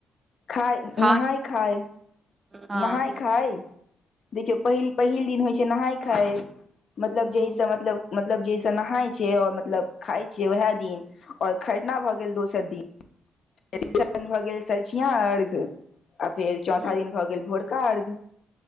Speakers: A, on the left; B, on the right.
A: खाय,
B: खान
A: नहाय खाय
B: हँ
A: नहाय खाय, देखियौ पहिल पहिल दिन होइ छै नहाय खाय मतलब
B: हूँ
A: जैसे मतलब मतलब जैसे नहाय छै और मतलब खाय छै, वैह दिन और खरना भए गेल दोसर दिन तीसरा
B: हूँ
A: दिन भऽ गेल सँझुका अर्घ्य आ फेर चौथा
B: हूँ
A: दिन भऽ गेल भोरका अर्घ्य